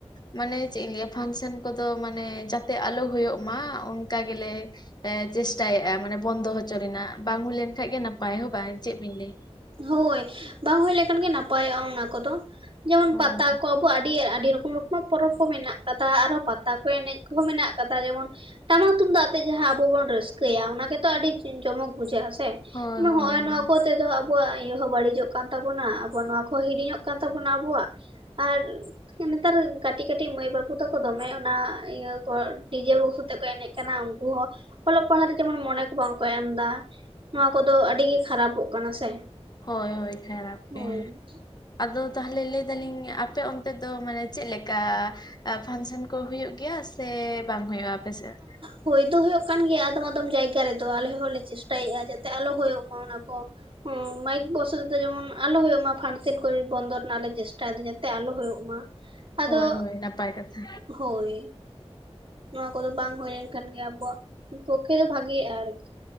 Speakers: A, on the left (about 40°); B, on the right (about 55°).
A: ᱢᱟᱱᱮ ᱪᱮᱫ ᱤᱧ ᱞᱟᱹᱭᱟ ᱯᱷᱟᱱᱥᱮᱱ ᱠᱚᱫᱚ ᱢᱟᱱᱮ ᱡᱟᱛᱮ ᱟᱞᱚ ᱦᱩᱭᱩᱜ ᱢᱟ ᱚᱱᱠᱟ ᱜᱮᱞᱮ ᱮ ᱪᱮᱥᱴᱟᱭᱮᱫ-ᱟ ᱢᱟᱱᱮ ᱵᱚᱱᱫᱚ ᱦᱚᱪᱚ ᱨᱮᱱᱟᱜ ᱵᱟᱝ ᱦᱩᱭ ᱞᱮᱱᱠᱷᱟᱡ ᱜᱮ ᱱᱟᱯᱟᱭ ᱦᱚᱸ ᱵᱟᱝ ᱪᱮᱫ ᱵᱤᱱ ᱞᱟᱹᱭ
B: ᱦᱳᱭ ᱵᱟᱝ ᱦᱳᱭ ᱞᱮᱠᱷᱟᱱ ᱜᱮ ᱱᱟᱯᱟᱭᱚᱜ-ᱟ ᱚᱱᱟ ᱠᱚᱫᱚ ᱡᱮᱢᱚᱱ
A: ᱦᱳᱭ
B: ᱯᱟᱛᱟ ᱠᱚ ᱟᱵᱚ ᱟᱹᱰᱤ ᱟᱹᱰᱤ ᱨᱚᱠᱚᱢ ᱨᱚᱠᱚᱢ ᱯᱚᱨᱚᱵᱽ ᱠᱚ ᱢᱮᱱᱟᱜ ᱠᱟᱫᱟ ᱟᱨ ᱯᱟᱛᱟ ᱠᱚ ᱮᱱᱮᱡ ᱠᱚᱦᱚᱸ ᱢᱮᱱᱟᱜ ᱠᱟᱫᱟ ᱡᱮᱢᱚᱱ ᱴᱟᱢᱟᱠ ᱛᱩᱢᱫᱟᱜ ᱟᱛᱮᱜ ᱡᱟᱦᱟᱸ ᱟᱵᱚ ᱵᱚᱱ ᱨᱟᱹᱥᱠᱟᱹᱭᱟ ᱚᱱᱟ ᱜᱮᱛᱚ ᱟᱹᱰᱤ ᱡᱚᱢᱚᱠ ᱵᱩᱡᱷᱟᱹᱜ-ᱟ ᱥᱮ
A: ᱦᱳᱭ
B: ᱦᱚᱜᱼᱚᱭ
A: ᱦᱳᱭ ᱦᱳᱭ
B: ᱱᱚᱣᱟ ᱠᱚᱛᱮ ᱫᱚ ᱟᱵᱚᱣᱟᱜ ᱤᱭᱟᱹ ᱦᱚᱸ ᱵᱟᱹᱲᱤᱡᱚᱜ ᱠᱟᱱ ᱛᱟᱵᱚᱱᱟ ᱟᱵᱚ ᱱᱚᱣᱟ ᱠᱚᱦᱚᱸ ᱦᱤᱲᱤᱧᱚᱜ ᱠᱟᱱ ᱛᱟᱵᱚᱱᱟ ᱟᱵᱚᱣᱟᱜ ᱟᱨ ᱱᱮᱛᱟᱨ ᱠᱟᱹᱴᱤᱡ ᱠᱟᱹᱴᱤᱡ ᱢᱟᱹᱭ ᱵᱟᱹᱵᱩ ᱛᱟᱠᱚ ᱫᱚᱢᱮ ᱚᱱᱟ ᱤᱭᱟᱹ ᱠᱚ ᱰᱤᱡᱮ ᱵᱚᱠᱥ ᱠᱟᱛᱮᱜ ᱠᱚ ᱮᱱᱮᱡ ᱠᱟᱱᱟ ᱩᱱᱠᱩ ᱦᱚᱸ ᱚᱞᱚᱜ ᱯᱟᱲᱦᱟᱜ ᱛᱮ ᱡᱮᱢᱚᱱ ᱢᱚᱱᱮ ᱠᱚ ᱵᱟᱝᱠᱚ ᱮᱢ ᱮᱫᱟ ᱱᱚᱣᱟ ᱠᱚᱫᱚ ᱟᱹᱰᱤ ᱜᱮ ᱠᱷᱟᱨᱟᱯᱚᱜ ᱠᱟᱱᱟ ᱥᱮ
A: ᱦᱚᱭ ᱦᱚᱭ ᱠᱷᱟᱨᱟᱯ
B: ᱦᱳᱭ
A: ᱜᱮ ᱟᱫᱚ ᱛᱟᱦᱚᱞᱮ ᱞᱟᱹᱭ ᱮ ᱫᱟᱞᱤᱧ ᱟᱯᱮ ᱚᱱᱛᱮ ᱫᱚ ᱢᱟᱱᱮ ᱪᱮᱫ ᱞᱮᱠᱟ ᱯᱷᱟᱱᱥᱮᱱ ᱠᱚ ᱦᱩᱭᱩᱜ ᱜᱮᱭᱟ ᱥᱮ ᱵᱟᱝ ᱦᱩᱭᱩᱜᱼᱟ ᱟᱯᱮᱥᱮᱫ
B: ᱦᱩᱭ ᱫᱚ ᱦᱩᱭᱩᱜ ᱠᱟᱱ ᱜᱮᱭᱟ ᱟᱫᱚᱢ ᱟᱫᱚᱢ ᱡᱟᱭᱜᱟ ᱨᱮᱫᱚ ᱟᱞᱮ ᱦᱚᱸᱞᱮ ᱪᱮᱥᱴᱟᱭᱮᱜᱼᱟ ᱡᱟᱛᱮ ᱟᱞᱚ ᱦᱩᱭᱩᱜ ᱢᱟ ᱚᱱᱟ ᱠᱚ ᱦᱮ ᱢᱟᱭᱤᱠ ᱵᱚᱥ ᱠᱚᱛᱮ ᱡᱮᱢᱚᱱ ᱟᱞᱚ ᱦᱩᱭᱩᱜ ᱢᱟ ᱯᱷᱟᱱᱥᱮᱱ ᱠᱚᱨᱮ ᱵᱚᱱᱫᱚ ᱨᱮᱱᱟᱜ ᱞᱮ ᱪᱮᱥᱴᱟᱭᱮᱫᱟ ᱡᱟᱛᱮ ᱟᱞᱚ ᱦᱩᱭᱩᱜ ᱢᱟ ᱟᱫᱚ,
A: ᱦᱳᱭ ᱦᱳᱭ ᱱᱟᱯᱟᱭ ᱠᱟᱛᱷᱟ
B: ᱦᱚᱭ ᱠᱚᱫᱚ ᱵᱟᱝ ᱦᱩᱭ ᱞᱮᱱᱠᱷᱟᱱ ᱜᱮ ᱟᱵᱚᱣᱟᱜ ᱯᱚᱠᱠᱷᱮ ᱫᱚ ᱵᱷᱟᱜᱤᱜᱼᱟ ᱟᱨᱠᱤ